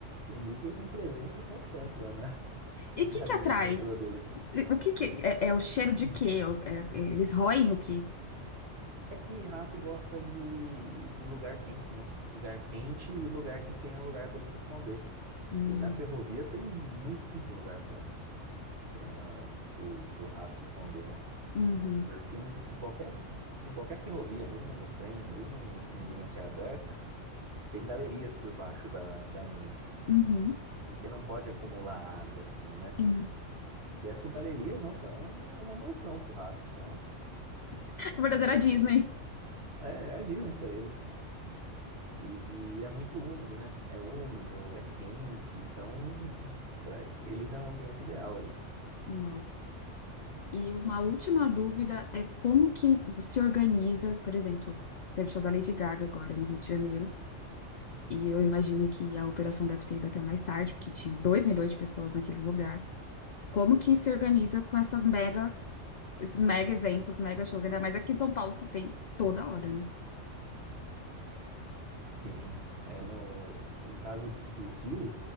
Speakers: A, on the right; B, on the left.
A: o Mickey tem presença constante lá na, <laughs>
B: E
A: na
B: o que que
A: linha
B: atrai?
A: de metrô deles.
B: E O que que é, é o cheiro de
A: Uhum.
B: quê? O- é- é, eles roem o quê?
A: É que rato gosta de, de lugar quente, né? Lugar quente e lugar que tenha lugar pra ele se esconder.
B: Hum,
A: E na ferrovia tem muito lugar pra para pro, pro rato se esconder, né?
B: uhum,
A: Porque em, em qualquer em qualquer ferrovia, mesmo no trem, mesmo em, em linha que é aberta, tem galerias por baixo da, da linha,
B: uhum,
A: porque não pode acumular água ali, né?
B: sim.
A: E essas galerias, nossa, é, um- é uma mansão pro rato, então
B: <laughs>
A: é,
B: Verdadeira Disney.
A: é, é a Disney pra eles. E, e é muito úmido, né? É úmido, é quente, então pra eles é um ambiente ideal ali.
B: Nossa. E uma última dúvida é como que se organiza, por exemplo, teve show da Lady Gaga agora no Rio de Janeiro, e eu imagino que a operação deve ter ido até mais tarde, porque tinha 2 milhões de pessoas naquele lugar. Como que se organiza com essas mega, esses mega eventos, mega shows, ainda mais aqui em São Paulo que tem toda hora, né?
A: Sim. É no, no caso do rio